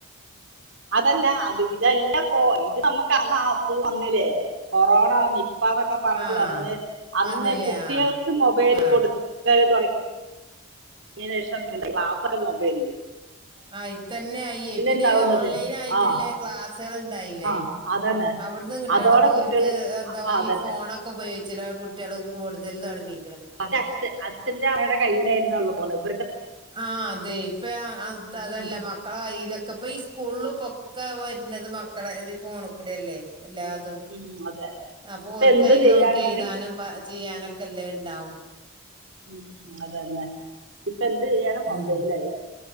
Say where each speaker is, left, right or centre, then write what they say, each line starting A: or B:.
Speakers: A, on the right; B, on the right.
A: അതല്ല അത് ഇതല്ല പോ- ഇത് നമ്മുക്ക് ആസുഗം വന്നില്ലേ കൊറോണ. പ്പാന്നൊക്കെ പറഞ്ഞ
B: ആഹ്
A: വന്ന് അന്ന്
B: വന്നില്ലേ
A: കുട്ടികൾക്ക്
B: ആഹ്
A: മൊബൈൽ
B: ആഹ്
A: കൊടുത്ത തുടങ്ങ - ഇങ്ങന ശേഷം ക്ലാസ്സെ മൊബൈലിന്റെ-
B: ആ ഇത്തന്നെ ആയി പിന്നെ
A: ഉണ്ടാവുന്നത്
B: ഓൺലൈൻ ആയിട്ടില്ലേ
A: ആ
B: ക്ലാസ്സുകൾ ഇണ്ടായില്ലേ?
A: ആ അതന്നെ
B: അവിടന്ന് കിട്ടാണ്
A: അതോടെ
B: പോലക്ക്
A: കുട്ടികള്
B: എന്താല
A: ആ അതന്നെ
B: ഈ ഫോണൊക്കെ ഉപയോഗിക്ക- ചില കുട്ടികൾ കൂടുതൽ തുടങ്ങി.
A: അച് അച്ഛന്റെ അവടെ കയ്യിനായിലാരുന്നു അവള് ഇവ-
B: ആ അതെ ഇപ്പ അതല്ല
A: ഉം
B: മക്കള- കയിലൊക്കെ ഇപ്പ ഈ സ്കൂലും പൊക്കെ വരുന്നത് മക്കളെത് ഫോണ കൂടെ അല്ലേ. എല്ലാതും
A: ഉം അതെ
B: അപ്പൊ
A: ഇപ്പൊ
B: ഓൽ
A: എന്ത്
B: കൈൽ
A: ചെയ്യാണെങ്കിലും
B: നോക്കി എഴുതാനും- ചെയ്യാനൊക്കെല്ലേ ണ്ടാവും.
A: മ് അതന്നെ. ഇപ്പൊ എന്ത് ചെയ്യണം മൊബൈല
B: ഉം
A: യി